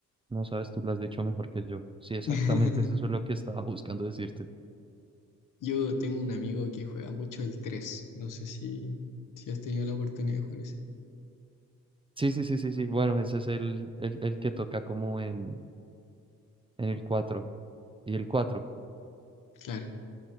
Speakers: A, on the right (about 15°); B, on the left (about 65°).
A: No sabes, tú lo has dicho mejor que yo. Sí, exactamente
B: <laughs>
A: eso es lo que estaba <laughs> buscando decirte.
B: Yo tengo un amigo que juega mucho el 3, no sé si, si has tenido la oportunidad de jugar ese.
A: Sí, sí, sí, sí, sí. Bueno, ese es el, el, el que toca como en, En el cuatro Y el cuatro
B: Claro,